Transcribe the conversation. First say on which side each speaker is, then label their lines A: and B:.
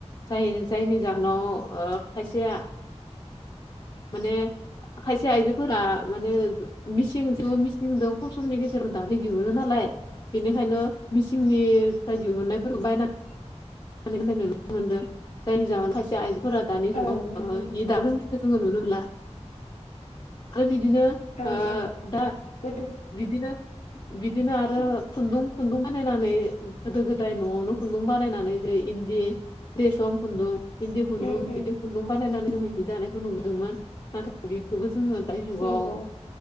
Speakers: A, on the left (about 40°); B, on the left (about 80°).
A: जाय जायनि जाहोनाव खायसेया माने खायसे आइजोफोरा माने मिसिंजोदो मिसिंदों खम समनि गेजेराव दानो दिहुनो नालाय बेनिखायनो मिसिंनिफ्राय दिहुननायफोरखौ बायनानै नुनो मोनदों जायनि जाहोन खायसे आइजोफोरा दानि जुगाव
B: ओं नुयो
A: हि दानो रोंला जोङो नुनो मोनला आरो बिदिनो
B: ओं
A: ओ
B: ओं
A: दा
B: गोदो
A: बिदिनो बिदिनो आरो
B: उम
A: खुन्दुं खुन्दुं बानायनानै गोदो गोदाय न'आवनो खुन्दुं बानायनानै इन्दी खुनदुं रेसम खुन्द इन्दि खुन्दुं
B: उम
A: खुन्दुं बानायनानै जि दानायखौ नुबोदोंमोन नाथाय बेखौबो जोंङो दानि जुगाव
B: नंगौ